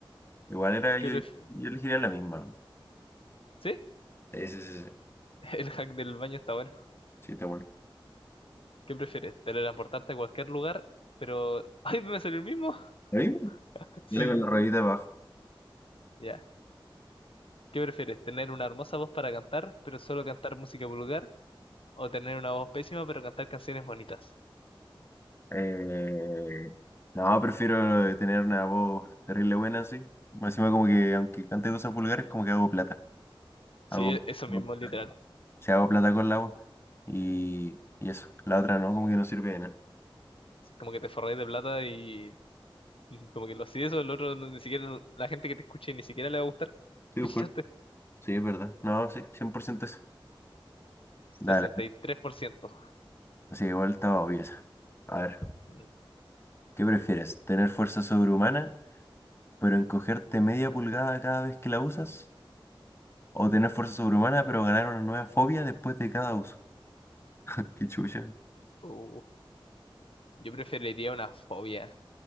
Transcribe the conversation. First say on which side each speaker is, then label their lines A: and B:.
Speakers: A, on the left; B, on the left.
A: Igual era yo,
B: ¿Qué pref-
A: yo elegiría la misma.
B: ¿Sí?
A: Sí, sí, sí, sí.
B: <laughs> El hack del baño está bueno.
A: Sí, está bueno.
B: ¿Qué prefieres? ¿Teletransportarte a cualquier lugar? Pero... <laughs> ¡Ay, me salió el mismo! <laughs>
A: ¿La misma?
B: Sí.
A: Yo le con la ruedita abajo.
B: Ya. ¿Qué prefieres? ¿Tener una hermosa voz para cantar, pero solo cantar música vulgar? ¿O tener una voz pésima, pero cantar canciones bonitas?
A: Eh, no, prefiero tener una voz terrible buena, sí. Más encima como que, aunque cante cosas vulgares, como que hago plata.
B: Sí,
A: Hago,
B: e- eso
A: hago,
B: mismo, literal.
A: sí, hago plata con la voz. Y, y eso. La otra no, como que no sirve de nada.
B: Sí, como que te forráis de plata y... y Como que lo si eso, el otro, no- ni siquiera... La gente que te escuche ni siquiera le va a gustar. <laughs>
A: Sí,
B: ¿Escuchaste?
A: pues, sí, es verdad. No, sí, 100% eso.
B: 63%.
A: Dale. Sí, igual estaba obvio esa. A ver,
B: Mm.
A: ¿qué prefieres? ¿Tener fuerza sobrehumana, pero encogerte media pulgada cada vez que la usas? ¿O tener fuerza sobrehumana, pero ganar una nueva fobia después de cada uso? <laughs> Qué chucha.
B: Uh, yo preferiría una fobia.